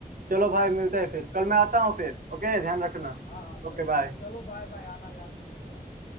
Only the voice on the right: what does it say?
चलो भाई मिलते हैं फिर कल मैं आता हूँ फिर ओके
ध्यान रखना
Okay
bye